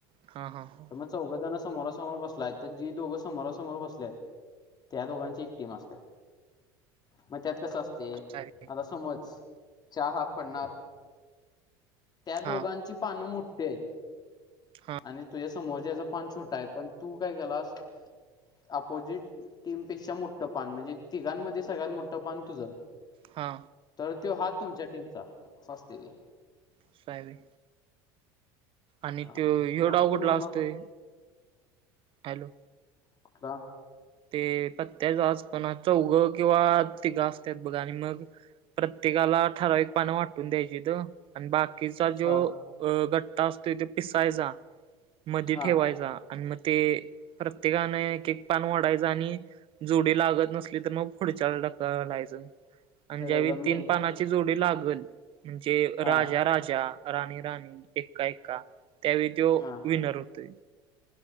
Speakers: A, on the right (about 50°); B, on the left (about 35°).
A: हा, हा, हा.
B: तर मग चौघं जण समोरासमोर बसलाय, तर जी दोघं समोरासमोर बसलेत त्या दोघांची एक टीम असत्या. मग त्यात कसं असतंय
A: अगदी
B: समज चार हात पडणार त्या दोघांची
A: हा
B: पानं मोठी आहेत.
A: हा
B: आणि तुझ्या समोरच्याचा पान छोटा आहे, पण तु काय केलास अपोजिट टीमपेक्षा मोठं पान म्हणजे तिघांमध्ये सगळ्यात मोठं पान तुझं.
A: हा.
B: तर तो हात तुमच्या टीमचा असं असतंय ते.
A: असं हाय व्हय? आणि
B: हा
A: त्यो ह्यो
B: ह्यामध्ये
A: डाव कुठला
B: म्हणला
A: असतोय? हॅलो
B: कुठला?
A: ते पत्त्याच आजपणा चौघं किंवा तिघं असत्यात बघ आणि मग प्रत्येकाला ठराविक पानं वाटून द्यायचीत. आणि बाकीचा जो
B: हा
A: अ गठ्ठा असतोय तो पिसायचा, मधी
B: हा
A: ठेवायचा आणि मग ते प्रत्येकाने एक एक पान ओढाय चं आणि जोडी लागत नसली तर मग पुढच्याला ढकलायचं. आणि
B: र-
A: ज्यावेळी
B: रम्मी
A: तीन पानाची जोडी लागलं म्हणजे
B: हा
A: राजा-राजा राणी-राणी, एक्का-एक्का त्यावेळी तो
B: हा
A: विनर होतोय.